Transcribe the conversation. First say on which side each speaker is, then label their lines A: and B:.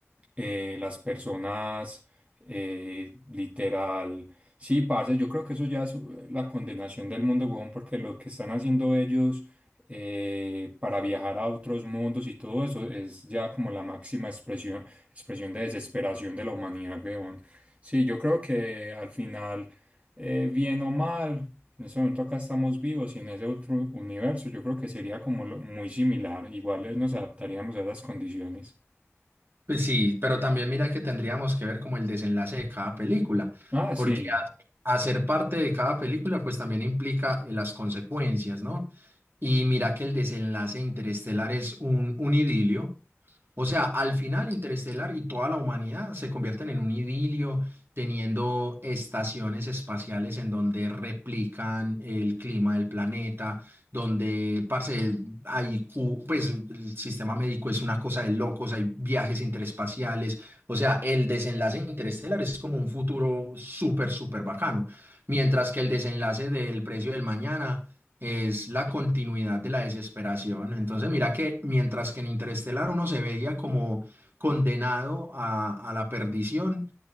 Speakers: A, on the right; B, on the right.
A: eh, las personas, eh, literal. Sí, parce, yo creo que eso ya es eh, la condenación del mundo, huevón, porque lo que están haciendo ellos eh, para viajar a otros mundos y todo eso es ya como la máxima expresión, expresión de desesperación de la humanidad, huevón. Sí, yo creo que al final, eh, bien o mal, en ese momento acá estamos vivos y en ese otro universo yo creo que sería como lo- muy similar, igual eh, nos adaptaríamos a esas condiciones.
B: Pues sí, pero también mira que tendríamos que ver como el desenlace de cada película,
A: Ah,
B: porque
A: sí.
B: hacer parte de cada película, pues también implica eh, las consecuencias, ¿no? Y mira que el desenlace Interestelar es un, un idilio. O sea, al final Interestelar y toda la humanidad se convierten en un idilio, teniendo estaciones espaciales en donde replican el clima del planeta, donde, parce, hay, cu- pues el sistema médico es una cosa de locos, hay viajes interespaciales, o sea, el desenlace de interestelar es como un futuro súper, súper bacano, mientras que el desenlace del precio del mañana es la continuidad de la desesperación. Entonces, mira que mientras que en Interestelar uno se veía como condenado a, a la perdición,